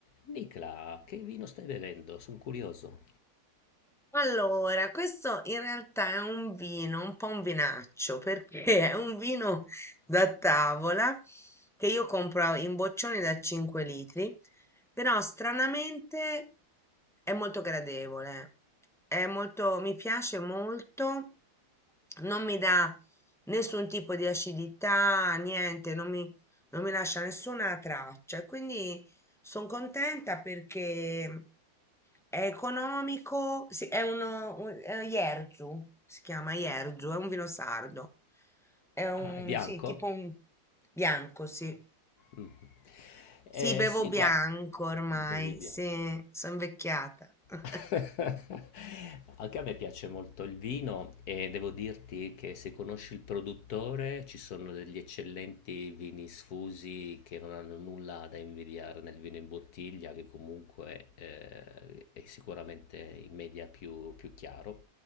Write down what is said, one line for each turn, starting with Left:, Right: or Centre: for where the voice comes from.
Left: Nicla, che vino stai bevendo? Sono curioso.
Centre: Allora, questo in realtà è un vino, un po' un vinaccio, perché <laughs> è un vino da tavola che io compro in boccioni da 5 litri, però stranamente è molto gradevole, è molto, mi piace molto, non mi dà nessun tipo di acidità, niente, non mi, non mi lascia nessuna traccia, e quindi sono contenta perché è economico, sì, è uno, un- è Jerzu, si chiama Jerzu, è un vino sardo. È un,
Left: Ah, è bianco?
Centre: sì, tipo un bianco, sì.
Left: Mm. Eh,
Centre: Sì, bevo
Left: sì,
Centre: bianco
Left: guarda,
Centre: ormai,
Left: bevi bianco.
Centre: sì, sono invecchiata. <laughs>
Left: <laughs> Anche a me piace molto il vino e devo dirti che se conosci il produttore ci sono degli eccellenti vini sfusi che non hanno nulla da invidiare nel vino in bottiglia, che comunque eh, è sicuramente in media più, più chiaro.